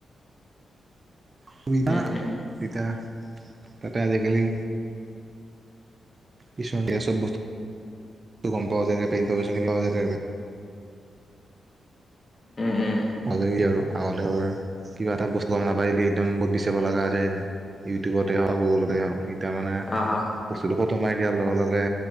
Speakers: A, on the right; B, on the left.
A: সুবিধা
B: উম হম
A: এতিয়া তাতে আজিকালি। <unintelligible>
B: উম উম।
A: ভালেই আৰু, আৰু ধৰ। কিবা এটা বস্তু নাপাৰিলে একদম বহুত বিচাৰিব লগা আছে ইউটিউবতে হওক গুগলতে হওক। তেতিয়া মানে
B: অ অ
A: বস্তুটো ফটো মাৰি দিয়াৰ লগে লগে